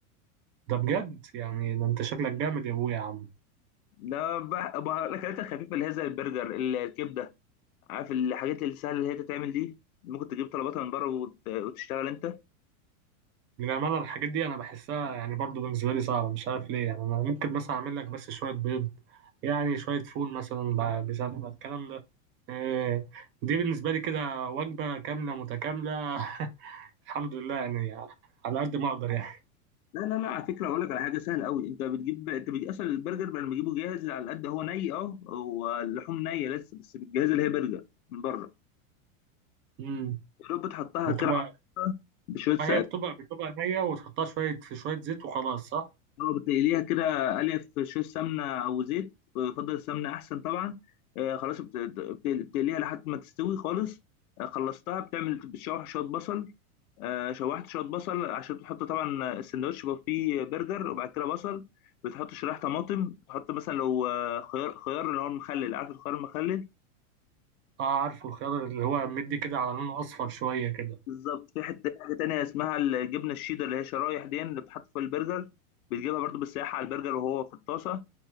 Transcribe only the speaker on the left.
لا بح... بح... الاكلات الخفيفه اللي هي زي البرجر ال- الكبده عارف الحاجات السهله اللي هي تتعمل دي ممكن تجيب طلباتها من بره وت... وتشتغل انت
لا لا لا على فكره اقول لك على حاجه سهله قوي انت بتجيب انت بتجيب اصلا البرجر بدل ما تجيبه جاهز على قد هو ني اه هو اللحوم نيه لسه بس بتجهز اللي هي برجر من بره
يا دوب بتحطها
كده بشويه سقف
اه بتقليها كده قليه في شويه سمنه او زيت بفضل السمنه احسن طبعا آه خلاص بت- بت- بتقليها لحد ما تستوي خالص آه خلصتها بتعمل بتشوح شويه بصل آه، شوحت شويه بصل عشان بتحط طبعا السندوتش بيبقى فيه برجر وبعد كده بصل بتحط شرايح طماطم بتحط مثلا لو آه، خيار خيار اللي هو المخلل عارف الخيار المخلل
بالظبط في حته حاجه تانية اسمها الجبنه الشيدر اللي هي شرايح دي اللي بتحط في البرجر بتجيبها برضو بالسياحه على البرجر وهو في الطاسه